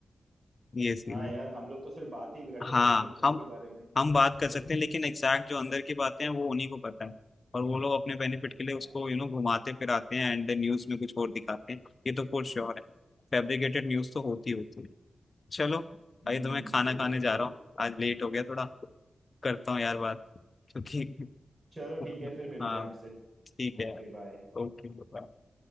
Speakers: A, on the left; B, on the right.
A: ये सीन
B: हाँ
A: है
B: यार हम लोग तो सिर्फ बात ही कर सकते
A: हाँ
B: हैं इन सब चीजों
A: हम
B: के बारे में
A: हम बात कर
B: देख
A: सकते हैं लेकिन एग्जैक्ट जो अंदर की बातें हैं वो उन्हीं को पता है और वो लोग अपने बेनिफिट के लिए
B: हाँ
A: उसको यू नो घुमाते फिराते हैं एंड न्यूज में कुछ और दिखाते हैं ये तो फॉर श्योर है फैब्रिकेटेड न्यूज तो होती होती है चलो
B: हम्म
A: अभी तो मैं खाना
B: ये बात
A: खाने
B: तो सही
A: जा रहा
B: है
A: हूँ आज लेट हो गया थोड़ा करता हूँ यार बात क्योंकि
B: चलो ठीक है
A: <laughs>
B: फिर मिलते
A: हाँ
B: हैं आपसे
A: ठीक है
B: Okay
A: यार
B: bye
A: Okay bye.